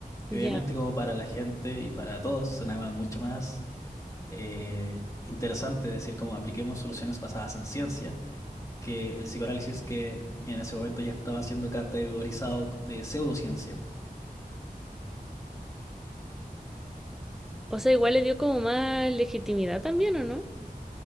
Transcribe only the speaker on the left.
Y
obviamente, como para la gente y para todos, sonaba mucho más eh, interesante decir como apliquemos soluciones basadas en ciencia que el psicoanálisis que en ese momento ya estaba siendo categorizado de pseudociencia.